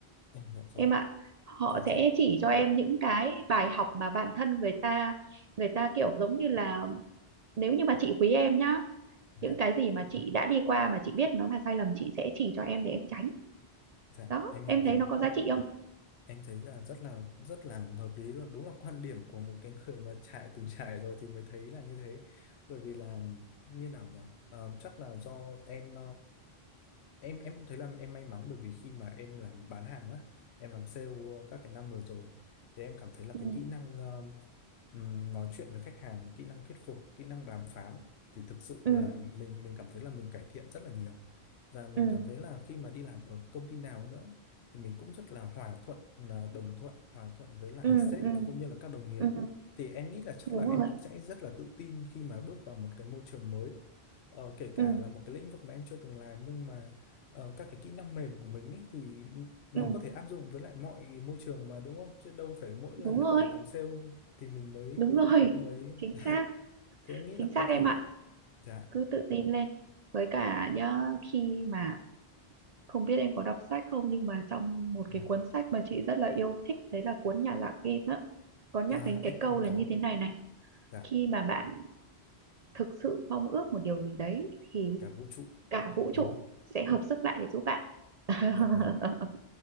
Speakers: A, on the left; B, on the right.
A: em hiểu rồi
B: em ạ họ
A: dạ dạ
B: sẽ chỉ cho em những cái bài học mà bản thân người ta người ta kiểu giống như là nếu như mà chị quý em nhá
A: dạ
B: những cái gì mà chị đã đi qua mà chị biết nó là sai lầm chị sẽ chỉ cho em để em tránh
A: dạ
B: đó
A: em hiểu
B: em
A: rồi
B: thấy nó có giá trị không
A: em thấy là rất là rất là hợp lý luôn đúng là quan điểm của một cái người mà trải từng trải rồi thì mới thấy là như thế bởi vì là như nào nhỉ Ờ, chắc là do em em em cũng thấy là em may mắn bởi vì khi mà em làm bán hàng á em làm sale các cái năm vừa rồi thì em cảm thấy là
B: ừ
A: cái kỹ năng ờ, ừm, nói chuyện với khách hàng kỹ năng thuyết phục kỹ năng đàm phán thì thực sự
B: ừ
A: là mình mình cảm thấy là mình cải thiện rất là nhiều và mình
B: ừ
A: cảm thấy là khi mà đi làm ở công ty nào nữa thì mình cũng rất là hòa thuận là đồng thuận hòa thuận với lại
B: ừ
A: sếp
B: ừ
A: cũng như là các đồng nghiệp
B: ừ
A: thì em nghĩ là chắc
B: đúng
A: là em
B: rồi
A: cũng sẽ rất là tự tin khi mà bước vào một cái môi trường mới Ờ, kể cả
B: ừ
A: là một cái lĩnh vực mà em chưa từng làm nhưng mà ờ, các cái kỹ năng mềm của mình ấy, thì nó
B: ừ
A: có thể áp dụng với lại mọi môi trường mà đúng không? Chứ đâu phải mỗi
B: đúng
A: là
B: rồi
A: là làm sale thì mình mới
B: đúng rồi
A: mới
B: chính
A: <laughs> dạ.
B: xác
A: Thế em nghĩ là
B: chính
A: có
B: xác em
A: thể
B: ạ
A: dạ
B: cứ tự tin lên với cả nhá khi mà không biết em có đọc sách không nhưng mà trong một
A: dạ
B: cái cuốn sách mà chị rất là yêu thích đấy là cuốn Nhà giả kim á có nhắc
A: ta
B: đến cái
A: em,
B: câu
A: em
B: là
A: có
B: như thế này này
A: dạ
B: khi mà bạn thực sự mong ước một điều gì đấy thì
A: cả vũ trụ
B: cả vũ
A: đúng
B: trụ
A: không?
B: sẽ hợp sức lại để giúp bạn <laughs>
A: Dạ vâng.